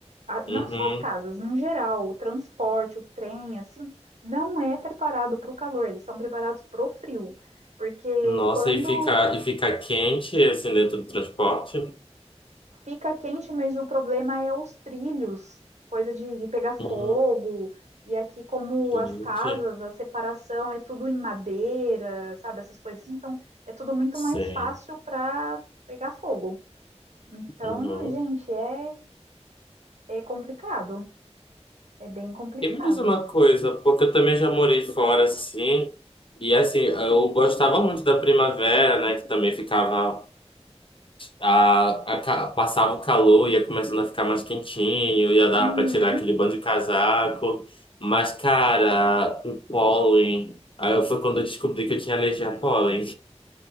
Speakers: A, on the right; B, on the left.
A: A-
B: Uhum.
A: Não só as casas, no geral, o transporte, o trem, assim, não é preparado para o calor, eles são preparados para o frio. Porque
B: Nossa,
A: quando
B: e fica, e fica quente assim dentro do transporte?
A: Fica quente, mas o problema é os trilhos, coisa de, de pegar fogo.
B: Hum,
A: E aqui, como
B: gente.
A: as casas, a separação é tudo em madeira, sabe? Essas coisas assim. Então, é tudo muito
B: Sim.
A: mais fácil para pegar fogo. Então,
B: Uhum.
A: gente, é, é complicado. É bem complicado.
B: E me diz uma coisa, porque eu também já morei fora assim. E assim, eu gostava muito da primavera, né? Que também ficava. A, a ca- passava o calor, ia começando a ficar mais quentinho, ia dar
A: Uhum.
B: pra tirar aquele bando de casaco. Mas, cara, o pólen. Aí foi quando eu descobri que eu tinha alergia a pólen.